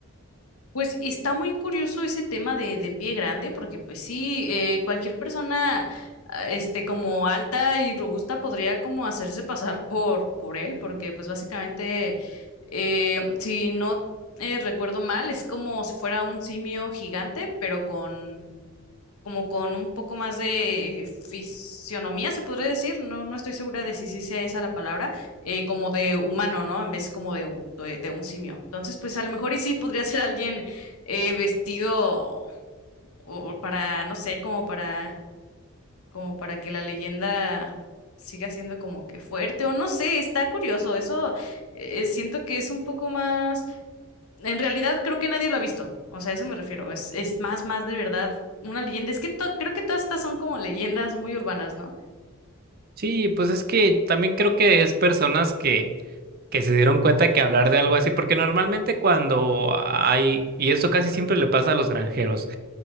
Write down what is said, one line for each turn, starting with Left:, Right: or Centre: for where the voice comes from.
Left: Pues está muy curioso ese tema de, de pie grande, porque pues sí, eh, cualquier persona, ah, este, como alta y robusta podría como hacerse pasar por, por él, porque pues básicamente, eh, si no eh, recuerdo mal, es como si fuera un simio gigante, pero con como con un poco más de fisionomía, se podría decir, no, no estoy segura de si sí sea esa la palabra, eh, como de humano, ¿no? En vez como de, u- de, de un simio. Entonces, pues a lo mejor y sí podría ser alguien eh, vestido o para, no sé, como para, como para que la leyenda siga siendo como que fuerte, o no sé, está curioso, eso eh, siento que es un poco más en realidad creo que nadie lo ha visto. O sea, a eso me refiero. Es, es más, más de verdad una leyenda. Es que to- creo que todas estas son como leyendas muy urbanas, ¿no?
Right: Sí, pues es que también creo que es personas que, que se dieron cuenta que hablar de algo así, porque normalmente cuando hay, y esto casi siempre le pasa a los granjeros,